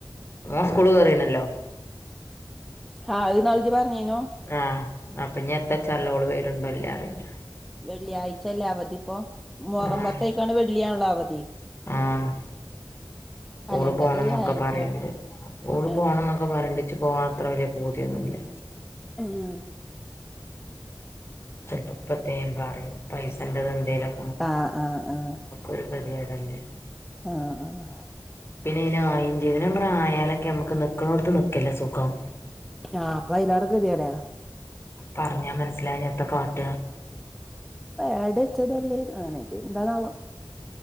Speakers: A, on the left; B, in the centre.
A: ഓന് സ്കൂൾ കെറീണല്ലോ
B: ആഹ് അഹ് ന്നാള്ള് ജ് പറ്ഞ്ഞിനു
A: ആഹ് അപ്പൊ ഇനി എത്തപ്പച്ചറീല്ല ഓൾ വെറുണ്ടോല്ലേച്ച റീല്ല
B: വെള്ളിയാഴ്ചല്ലേ അവധി ഇപ്പൊ മുഹറമ്പത്തേക്കാണ്ട്
A: ആഹ്
B: വെള്ളിയാണല്ലോ അവധി
A: ആഹ്
B: കലണ്ടറില്
A: ഓള് പോണം ന്നൊക്കെ
B: വ്യാഴാഴ്ചയാണ്
A: പറയിണ്ട് ഓള്
B: ഏഹ്
A: പോണംന്നോക്കെ പറിണ്ട് ഇച്ച് പോക്കാൻ അത്ര വലിയ പൂതിയൊന്നുല്ല
B: ആഹ്
A: ച്ചെല് പ്പ പ്പതേം ണ്ട് പറയും പൈസണ്ട്ന്ന് എന്തെലും
B: ആഹ് ആഹ് ആഹ്
A: ഒരു കെതിയെട് അല്ലേ
B: ആഹ് ആഹ്
A: പിന്നെ അയ്ന് ആയിം ചെയ്ത്ക്ക്ണ് ഞാൻ പറയ ഞമ്മക്ക് ആയാലൊക്കെ നമുക്ക് നിക്ക്ണോത് നിക്കല്ലേ സുഖം
B: ആഹ് അപ്പ അയിലാറെ ക്കെതിയാടാ
A: പറഞ്ഞാ മനസ്സിലാകാഞ്ഞാ ത്ത കാട്ട
B: പേട് വെച്ചതല്ലേ ആണ് എന്താണാവോ